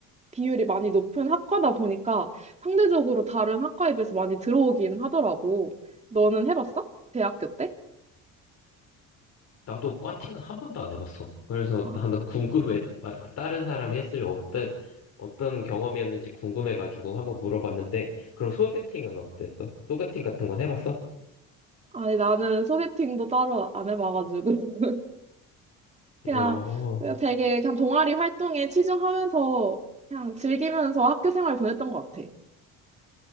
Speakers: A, on the right; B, on the left.
A: 비율이 많이 높은 학과다 보니까 상대적으로 다른 학과에 비해서 많이 들어오긴 하더라고. 너는 해봤어? 대학교 때?
B: 나도 과팅은 한 번도 안 해봤어. 그래서
A: 아,
B: 나는 <laughs> 궁금해. 다른 사람이 했으면 어때, 어떤 경험이었는지 궁금해가지고 한번 물어봤는데 그럼 소개팅은 어땠어? 소개팅 같은 건 해봤어?
A: 아니 나는 소개팅도 따로 안 해봐가지고 <laughs> 그냥,
B: 어.
A: 그냥 되게 그냥 동아리 활동에 치중하면서 그냥 즐기면서 학교 생활 보냈던 것 같아.